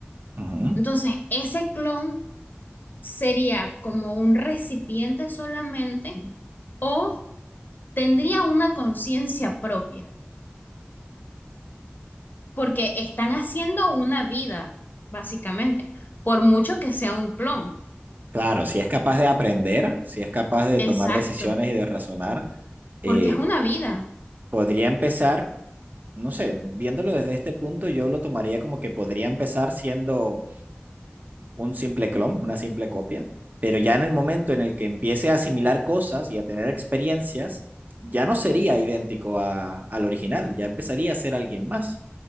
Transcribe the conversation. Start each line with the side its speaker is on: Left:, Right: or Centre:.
Right: ujú,
Left: Entonces, ese clon sería como un recipiente solamente o tendría una conciencia propia, porque están haciendo una vida, básicamente, por mucho que sea un clon.
Right: Claro, si es capaz de aprender, si es capaz de
Left: Exacto,
Right: tomar decisiones y de razonar, eh,
Left: porque es una vida.
Right: Podría empezar, no sé, viéndolo desde este punto, yo lo tomaría como que podría empezar siendo un simple clon, una simple copia, pero ya en el momento en el que empiece a asimilar cosas y a tener experiencias, ya no sería idéntico a- al original, ya empezaría a ser alguien más.